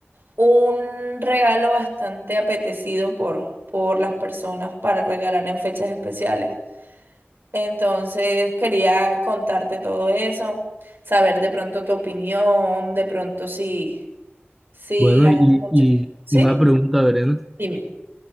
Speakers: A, on the right; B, in the centre.
A: un regalo bastante apetecido por, por las personas para regalar en fechas especiales. Entonces, quería contarte todo eso, saber de pronto tu opinión, de pronto si, si
B: Bueno,
A: las
B: y,
A: escuchas.
B: y
A: ¿Sí?
B: una pregunta, Verena,
A: Dime.